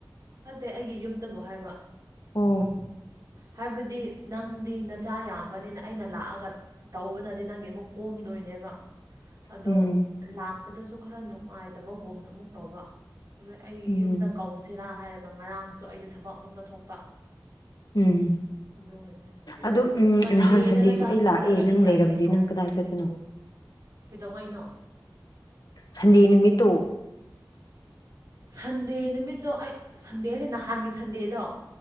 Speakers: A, on the right (about 55°); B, on the left (about 65°).
A: ꯑꯠꯇꯦ ꯑꯩꯒꯤ ꯌꯨꯝꯗꯕꯨ ꯍꯥꯏꯕ
B: ꯎꯝ
A: ꯍꯥꯏꯕꯗꯤ ꯅꯪꯗꯤ ꯅꯆꯥ ꯌꯥꯝꯕꯅꯤꯅ ꯑꯩꯅ ꯂꯥꯛꯑꯒ ꯇꯧꯕꯅꯗꯤ ꯅꯪꯒꯤ ꯑꯃꯨꯛ ꯀꯣꯝ ꯗꯣꯏꯅꯦꯕ ꯑꯗꯣ
B: ꯎꯝ
A: ꯂꯥꯛꯄꯗꯁꯨ ꯈꯔ ꯅꯨꯡꯉꯥꯏꯇꯕ ꯒꯣꯝ ꯑꯃꯨꯛ ꯇꯧꯕ ꯑꯩꯒꯤ
B: ꯎꯝ
A: ꯌꯨꯝꯗ ꯀꯧꯁꯤꯔꯥ ꯍꯥꯏꯔꯒ ꯉꯔꯥꯡꯁꯨ ꯑꯩꯗ ꯊꯕꯛ ꯑꯃꯨꯛ ꯆꯠꯊꯣꯛꯄ
B: ꯎꯝ
A: ꯑꯗꯨꯒꯤꯅꯦ
B: ꯑꯗꯣ ꯎꯝ
A: ꯃꯟꯗꯦꯗ
B: ꯅꯍꯥꯟ ꯁꯟꯗꯦꯁꯨ
A: ꯅꯆꯥ
B: ꯑꯩ
A: ꯁ꯭ꯀꯨꯜ
B: ꯂꯥꯛꯑꯦ
A: ꯆꯠꯂꯗꯤ
B: ꯅꯪ
A: ꯌꯥꯏ
B: ꯂꯩꯔꯝꯗꯦ
A: ꯀꯩꯅꯣ
B: ꯅꯪ ꯀꯗꯥꯏ ꯆꯠꯄ ꯅꯣ
A: ꯀꯩꯗꯧꯉꯩꯅꯣ
B: ꯁꯟꯗꯦ ꯅꯨꯃꯤꯠꯇꯣ
A: ꯁꯟꯗꯦ ꯅꯨꯃꯤꯠꯇꯣ ꯑꯩ ꯁꯟꯗꯦ ꯍꯥꯏꯁꯦ ꯅꯍꯥꯟꯒꯤ ꯁꯟꯗꯦꯗꯣ